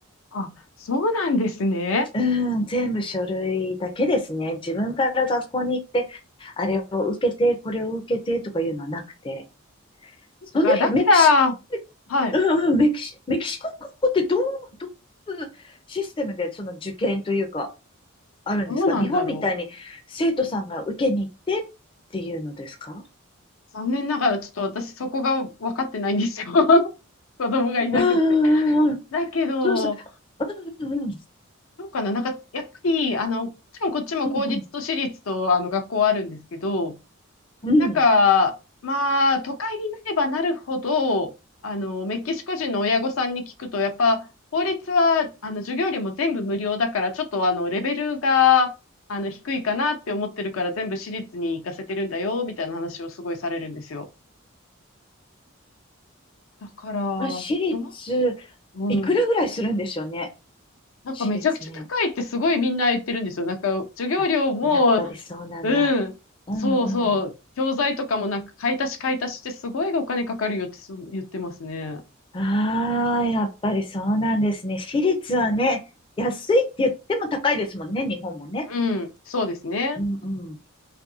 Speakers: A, on the left; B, on the left.
A: あ、そうなんですね。
B: うん、全部書類だけですね。自分から学校に行って、あれを受けて、これを受けてとかいうのはなくて、その辺、
A: が、だから、
B: メキシコって、
A: はい。
B: うんうん、メキシ、メキシコの学校ってどう、どういうシステムでその受験というか、あるんですか日本みたいに生徒さんが受けに行ってっていうのですか
A: どうなんだろう。残念ながら、ちょっと私そこが分かってないんですよ。<laughs> 子供がいなくって。
B: うんうんうんうん。
A: だけど、
B: そうそう。うんうんうん。
A: どうかな、なんか、やっぱり、あの、もちろんこっちも公立と私立と、
B: うんう
A: あの、学校あるんですけど、
B: ん。うん。
A: なんか、まあ、都会になればなるほど、あの、メキシコ人の親御さんに聞くと、やっぱ、公立は、あの、授業料も全部無料だから、ちょっと、あの、レベルが、あの、低いかなって思ってるから、全部私立に行かせてるんだよ、みたいな話をすごいされるんですよ。だから、
B: まあ、私立、
A: どううん。
B: いくらぐらいするんでしょうね。
A: なんかめちゃくちゃ高いってすごいみんな言ってるんですよ。
B: 私立ね。
A: なんか授業料も
B: あ、やっぱりそうなんだ。
A: うん。
B: うんうん。
A: そうそう。教材とかもなんか買い足し買い足しってすごいお金かかるよってす言ってますね。
B: ああ、やっぱりそうなんですね。私立はね、
A: うん。
B: 安いって言っても高いですもんね、日本もね。
A: うん。そうですね。
B: うんうん。